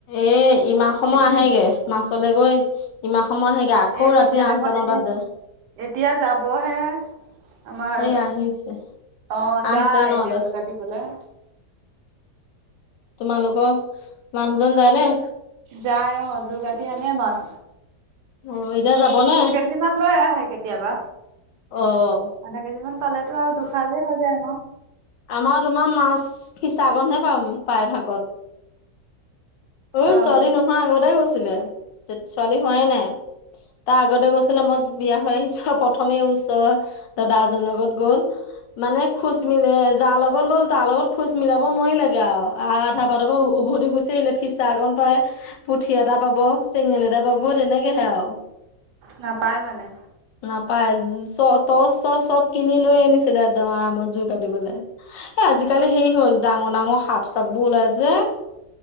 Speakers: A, on the left (about 85°); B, on the right (about 75°).
A: এ ইমান সময়
B: সৰু
A: আহেগে,
B: সৰু মাছ
A: মাছলে গৈ ইমান সময় আহে- গে, আকৌ
B: এই
A: ৰাতি
B: সন্ধিয়া
A: আঠটা
B: টাইমত
A: নটাত
B: এতিয়া
A: যায়।
B: এতিয়া যাবহে। আমাৰ
A: সেই
B: দে
A: আহিছে
B: অঁ
A: আঠটা
B: যায়
A: নটাত
B: এতিয়া যো কাটিবলে।
A: তোমালোকৰ মানুহজন যায় নে?
B: যায় অ' যোৰ কাটি আনে মাছ।
A: অ' এতিয়া যাব নে?
B: যিমান লৈ আহে কেতিয়াবা।
A: অঁ।
B: আধা কেজি মান পালেতো আৰু দুসাঁজেই হৈ যায় আমাৰ।
A: আমাৰ তোমাৰ মাছ ফিচাকনহে পাম প্ৰায় ভাগত। সৰু
B: অ',
A: ছোৱালী নোহোৱা আগতে গৈছিলে। ছোৱালী হোৱাই নাই তাৰ আগতে গৈছিলে। মই বিয়া হৈ আহিছো প্ৰথমে ওচৰৰ দাদা এ জনৰ লগত গ'ল। মানে খোজ মিলে যাৰ লগত গ'ল তাৰ লগত খোজ মিলাব নোৱাৰিলেগে আৰু, আ আধা বাটৰ পৰা উভতি গুচি আহিলে। ফিচাকন পাই পুঠি এটা পাব চেঙেলী এটা পাব তেনেকেহে আৰু।
B: নাপায় মানে?
A: নাপায়। চ টচ চচ চব কিনি লৈ আনিছিলে একদম আৰামত জোৰ কাটিবলে। এ আজিকালি সেই হ'ল ডাঙৰ ডাঙৰ সাপ চপ বোৰ ওলাই যে,